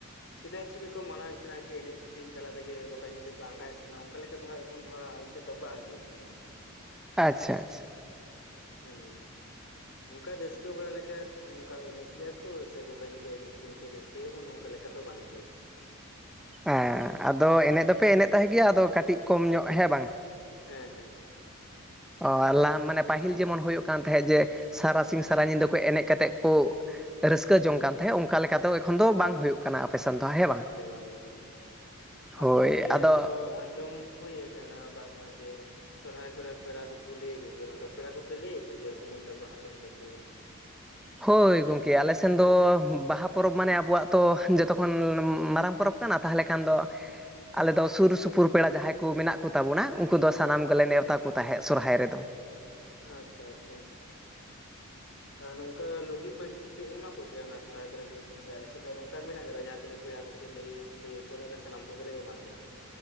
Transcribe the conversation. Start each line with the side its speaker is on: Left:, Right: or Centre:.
Left: ᱥᱮᱫᱟᱭ ᱪᱮᱫ ᱠᱟᱠᱚ ᱢᱟᱱᱟᱣ ᱮᱫ ᱛᱟᱦᱮᱱᱟ ᱠᱤ ᱮᱱᱮᱡ ᱥᱮᱨᱮᱧ ᱛᱟᱞᱟ ᱛᱮᱜᱮ ᱜᱚᱴᱟ ᱧᱤᱫᱟᱹ ᱠᱚ ᱟᱸᱜᱟᱭᱮᱫ ᱛᱟᱦᱮᱱᱟ ᱚᱱᱠᱟ ᱞᱮᱠᱟ ᱫᱚ ᱦᱟᱜ ᱮᱠᱷᱚᱱ ᱫᱚ ᱟᱞᱮᱥᱮᱫ ᱫᱚ ᱵᱟᱝ ᱦᱩᱭᱩᱜ ᱠᱟᱱᱟ᱾
Centre: ᱟᱪᱪᱷᱟ ᱟᱪᱪᱷᱟ
Left: ᱦᱩᱸ ᱚᱱᱠᱟ ᱨᱟᱹᱥᱠᱟᱹ ᱵᱟᱲᱟ ᱞᱮᱠᱟ ᱚᱱᱠᱟ ᱮᱱᱮᱡ ᱜᱮᱭᱟ ᱠᱚ ᱥᱮ ᱜᱚᱴᱟ ᱧᱤᱫᱟᱹ ᱮᱱᱮᱡ ᱥᱮᱨᱮᱧ ᱛᱮ ᱨᱟᱹᱥᱠᱟᱹ ᱛᱮᱵᱩ ᱱᱚᱝᱠᱟ ᱞᱮᱠᱟ ᱛᱚ ᱵᱟᱝᱜᱮ
Centre: ᱦᱮᱸ ᱟᱫᱚ ᱮᱱᱮᱡ ᱫᱚᱯᱮ ᱮᱱᱮᱡ ᱛᱟᱦᱮᱸᱜ ᱜᱮᱭᱟ ᱟᱫᱚ ᱠᱟᱹᱴᱤᱡ ᱠᱚᱢ ᱧᱚᱜ ᱦᱮᱸ ᱵᱟᱝ
Left: ᱦᱮᱸ ᱦᱮᱸ ᱦᱮᱸ
Centre: ᱳ
Left: ᱦᱮᱸ
Centre: ᱞᱟᱦᱟ ᱢᱟᱱᱮ ᱯᱟᱹᱦᱤᱞ ᱡᱮᱢᱚᱱ ᱦᱩᱭᱩᱜ ᱠᱟᱱ ᱛᱟᱦᱮᱸᱫ ᱡᱮ ᱥᱟᱨᱟᱥᱤᱧ ᱥᱟᱨᱟ
Left: ᱦᱩᱸ
Centre: ᱧᱤᱫᱟᱹ
Left: ᱦᱩᱸ
Centre: ᱠᱚ ᱮᱱᱮᱡ ᱠᱟᱛᱮᱫ ᱳ ᱨᱟᱹᱥᱠᱟᱹ ᱡᱚᱝ ᱠᱟᱱ ᱛᱟᱦᱮᱸᱱ ᱚᱱᱠᱟ ᱞᱮᱠᱟ ᱫᱚ ᱮᱠᱷᱚᱱ ᱫᱚ ᱵᱟᱝ ᱦᱩᱭᱩᱜ ᱠᱟᱱᱟ ᱟᱯᱮᱥᱮᱱ ᱫᱚ ᱦᱮᱸ ᱵᱟᱝ
Left: ᱵᱟᱝᱜᱮ ᱵᱟᱝᱜᱮ
Centre: ᱦᱳᱭ
Left: ᱟᱨ ᱜᱚᱢᱠᱮ
Centre: ᱟᱫᱚ
Left: ᱛᱚ ᱟᱸᱡᱚᱢ ᱦᱩᱭ ᱠᱟᱱᱟ ᱵᱟᱝᱢᱟ ᱡᱮ ᱥᱚᱨᱦᱟᱭ ᱠᱚᱨᱮ ᱯᱮᱲᱟ ᱠᱚᱠᱚ ᱞᱟᱹᱭ ᱟᱠᱚᱜᱮᱭᱟ ᱱᱚᱝᱠᱟ ᱯᱮᱲᱟ ᱠᱚᱯᱮ ᱞᱟᱹᱭ ᱟᱠᱚ ᱜᱮᱭᱟ ᱠᱩᱢᱟᱹᱝ ᱛᱟᱠᱚ ᱦᱟᱛᱚᱢ ᱛᱟᱠᱚ
Centre: ᱦᱳᱭ ᱜᱚᱢᱠᱮ ᱟᱞᱮᱥᱮᱱ ᱫᱚ ᱵᱟᱦᱟ ᱯᱚᱨᱚᱵᱽ ᱢᱟᱱᱮ ᱟᱵᱚᱣᱟᱜ ᱛᱚ ᱡᱚᱛᱚ ᱠᱷᱚᱱ ᱢᱟᱨᱟᱝ ᱯᱚᱨᱚᱵᱽ ᱠᱟᱱᱟ ᱛᱟᱦᱚᱞᱮ ᱠᱷᱟᱱ ᱫᱚ ᱟᱞᱮ ᱫᱚ ᱥᱩᱨ ᱥᱩᱯᱩᱨ ᱯᱮᱲᱟ ᱡᱟᱦᱟᱸᱭ ᱠᱚ ᱢᱮᱱᱟᱜ ᱠᱚᱛᱟᱵᱚᱱᱟ ᱩᱱᱠᱩ ᱩᱱᱠᱩ ᱫᱚ ᱥᱟᱱᱟᱢ ᱜᱮᱞᱮ
Left: ᱦᱩᱸ
Centre: ᱱᱮᱣᱛᱟ
Left: ᱦᱩᱸ
Centre: ᱠᱚ ᱛᱟᱦᱮᱸᱫ ᱥᱚᱨᱦᱟᱭ ᱨᱮᱫᱚ᱾
Left: ᱟᱪᱪᱷᱟ ᱟᱪᱪᱷᱟ ᱟᱨ ᱱᱚᱝᱠᱟ ᱞᱩᱜᱤ ᱯᱟᱹᱧᱪᱤ ᱯᱮ ᱮᱢᱟ ᱠᱚᱜᱮᱭᱟ᱾ᱚᱱᱟ ᱥᱚᱨᱦᱟᱭ ᱠᱚᱨᱮ ᱯᱮ ᱦᱤᱡᱩᱜ ᱜᱮᱭᱟ ᱟᱞᱮᱥᱮᱫ ᱫᱚ ᱱᱚᱝᱠᱟ ᱢᱮᱱᱟᱜ ᱠᱟᱫᱟ ᱡᱟᱦᱟᱸ ᱛᱤᱱᱟᱹᱜ ᱯᱮᱲᱟ ᱠᱚᱜᱮ ᱞᱟᱹᱭ ᱞᱟᱹᱭ ᱟᱠᱚᱣᱟᱞᱮ ᱥᱟᱱᱟᱢ ᱠᱚᱜᱮᱞᱮ ᱮᱢᱟ ᱠᱚᱣᱟ᱾